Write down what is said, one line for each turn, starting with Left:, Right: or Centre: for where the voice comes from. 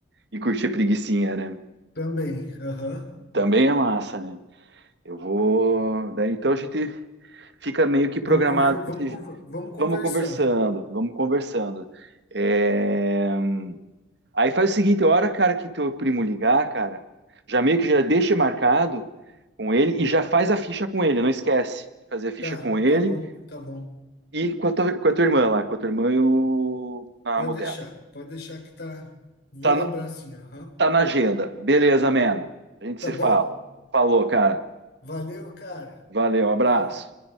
Right: e curtir a preguicinha, né?
Left: também. Aham.
Right: Também é massa, né? Eu vou. Daí, então a gente fica meio que programado
Left: Vamos conver, vamos,
Right: esses
Left: conver- vamos conversando.
Right: Vamos conversando, vamos conversando. É, Aí faz o seguinte, a hora, cara, que teu primo ligar, cara, já meio que já deixa marcado com ele e já faz a ficha com ele, não esquece. Fazer a ficha
Left: Tá,
Right: com ele
Left: tá bom, tá bom.
Right: e com a tua, com a tua irmã lá, com a tua irmã e o amo
Left: Pode
Right: dela.
Left: deixar, pode deixar que tá. Vou
Right: Tá
Left: lembrar
Right: na,
Left: sim, aham.
Right: tá na agenda. Beleza, man. A gente
Left: Tá
Right: se
Left: bom?
Right: fala. Falou, cara.
Left: Valeu, cara.
Right: Valeu, abraço.
Left: Tchau.